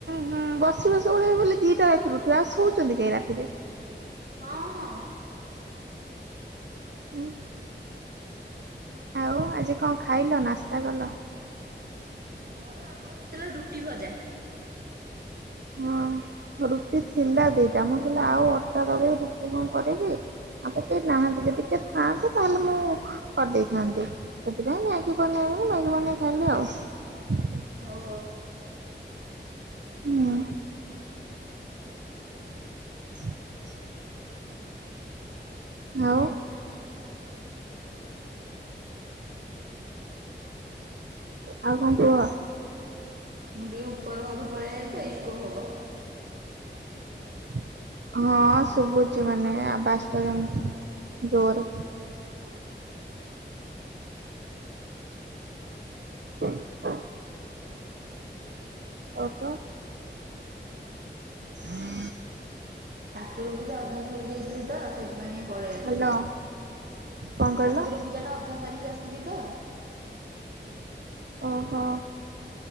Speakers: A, on the right; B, on the right.
A: ହୁଁ ବସି ବସି ଓଳେଇବେ ବୋଲି ଦିଟା ରାତିରୁ ଉଠିବେ ଆଉ ଶୋଉଛନ୍ତି କାଇଁ ରାତିରେ।
B: ହଁ ହଁ।
A: ହୁଁ। ଆଉ ଆଜି କଣ ଖାଇଲ ନାସ୍ତା କଲ?
B: ମୋର ଆମର ହେଇଥିଲା ରୁଟି ଭଜା।
A: ହଁ ରୁଟି ଥିଲା ଦିଟା ମୁଁ କହିଲି ଆଉ ଅଟା ଦଳିକି ରୁଟି କଣ କରିବି। ଆଉ ତ କେହି ନାହାନ୍ତି ଯଦି କିଏ ଥାଆନ୍ତେ ତାହେଲେ ମୁଁ କରଦେଇଥାନ୍ତି। ସେଥିପାଇଁ ମ୍ୟାଗି ବନେଇଦେଲି ମ୍ୟାଗି ବନେଇ ଖାଇଲି ଆଉ।
B: ହଉ ହଉ।
A: ହୁଁ। <unintelligible> ଆଉ। ଆଉ କଣ କୁହ?
B: ମୁଁ ଟିକେ ଉପର ଘରୁ ପଳେଇ ଆଇଲି ତ ଇକୋ ହବ।
A: <inaudible> ହଁ ଶୁଭୁଛି ମାନେ ଆବାଜଟା ଯେମତି ଜୋରେ। <unintelligible> ଓକେ। <unintelligible>
B: ଠାକୁର ପୂଜା ଅଧା ସାରି ଦେଇଥିଲି ତ ସେଥିପାଇଁ ପଳେଇ ଆସିଲି
A: ହ୍ୟାଲୋ କଣ କହିଲ
B: ଠାକୁର ପୂ ଜାଟା ଅଧା ସାରିକି ଆସିଥିଲି ତ।
A: ଓହୋ